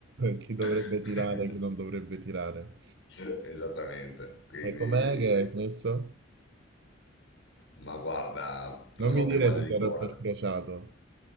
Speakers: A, on the right; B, on the left.
A: Chi dovrebbe
B: <laughs>
A: tirare, chi non dovrebbe tirare.
B: <laughs> Esattamente, quindi,
A: E com'è che hai smesso?
B: ma guarda, non
A: Non
B: avevo
A: mi dire
B: più voglia
A: che ti
B: di
A: sei
B: correre.
A: rotto il crociato.